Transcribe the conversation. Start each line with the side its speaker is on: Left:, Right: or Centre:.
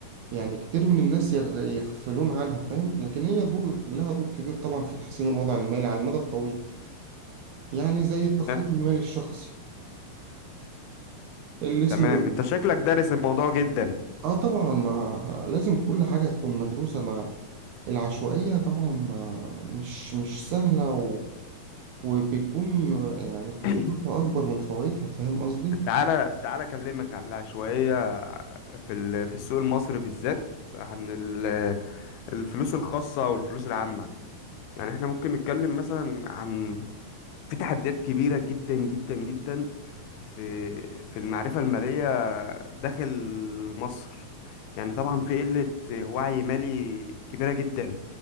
Right: يعني كتير من الناس يغ- يغفلون عنها فاهم لكن هي دور لها دور كبير طبعا في تحسين الوضع المالي على المدى الطويل يعني زي التخطيط
Left: آه،
Right: المالي الشخصي اللي اسمه
Left: تمام انت شكلك دارس الموضوع جدا
Right: اه طبعا ما لازم كل حاجة تكون مدروسة مع العشوائية طبعا ما مش مش سهلة و... وبيكون يعني خسارتها
Left: <clears throat>
Right: أكبر من فوائدها فاهم قصدي؟
Left: تعالى تعالى اكلمك على شويه في ال- في السوق المصري بالذات عن ال- الفلوس الخاصه او الفلوس العامه يعني احنا ممكن نتكلم مثلا عن في تحديات كبيره جدا جدا جدا في في المعرفه الماليه داخل مصر يعني طبعا في قله وعي مالي كبيره جدا